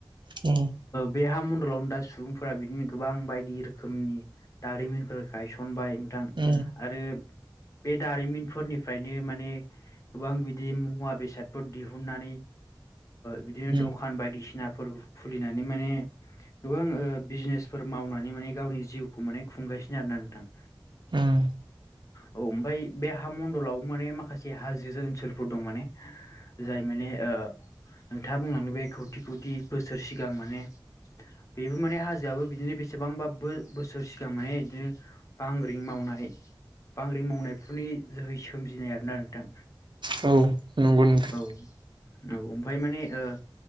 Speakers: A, on the right; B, on the left.
A: उम
B: बे हा मन्डलावनो दा सुबुंफोरा बिदिनो गोबां बायदि रोखोमनि दारिमिनफोर गायसनबाय नोंथां
A: उम
B: आरो बे दारिमिनफोरनिफ्रायनो माने गोबां बिदि मुवा बेसादफोर दिहुनानैओ बिदिनो
A: उम
B: द'खान बायदिसिना फोर खुलिनानै माने गोबां ओ बिजनेसफोर मावनानै माने गावनि जिउखौ माने खुंगासिनो आरोना नोंथां
A: उम
B: औ ओमफ्राय बे हा मणडलाव माने माखासे हाजो ओनसोलफोर दं माने जाय माने ओ नोंथाङा बुंलांदों बे खौथि खौथि बोसोर सिगां माने बेबो माने हाजोआबो बिदिनो बेसेबांबा बोसोर सिगां माने बिदिनो बांग्रिं माव नाय बांग्रि मावनायफोरनि जोहै सोमजिनाय आरोना नोंथां
A: औ नंगौ नोंथां
B: औ औ ओमफाय माने ओ